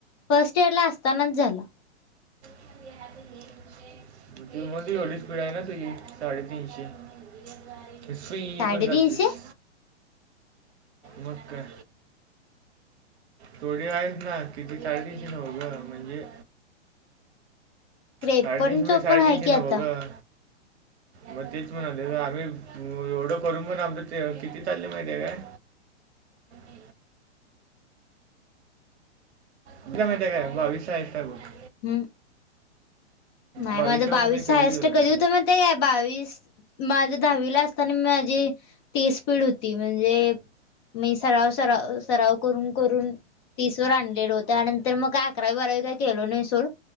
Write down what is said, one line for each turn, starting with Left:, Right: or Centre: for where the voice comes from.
Left: फस्ट इयर ला असतानाच झाल
Right: <unintelligible> म तेंव्हा ची एवढी स्पीड आहे ना तुझी साडेतीनशे सुइं
Left: साडेतीनशे
Right: करत जातीस मग काय थोडी आहेत ना किती साडेतीनशे नव्ह गं म्हणजे
Left: त्रेपन्न
Right: साडे तीनशे म्हणजे
Left: चोपन्न
Right: साडे
Left: आहे
Right: तीनशे
Left: की
Right: नव्ह
Left: आता
Right: गं मग तेच म्हणालोय ग आम्ही एवढं करून पण आमच किती चाललय माहिती आहे काय. <unintelligible> किती आहेत माहितीय काय बावीस आहेत काय बग
Left: हम्म नाही
Right: बावीसशे
Left: माझं बावीसच
Right: बघ मी कधीच
Left: हायस्ट
Right: गेलो
Left: कधी
Right: ना
Left: होतं महीतीय काय माहितीय काय बावीस माझ दहावी ला असताना माझी तीस स्पीड होती म्हणजे मी सराव- सराव -सराव करून-करून तीस वर आणलेलो त्या नंतर मग अकरावी बारावी काय केलो नाही सोड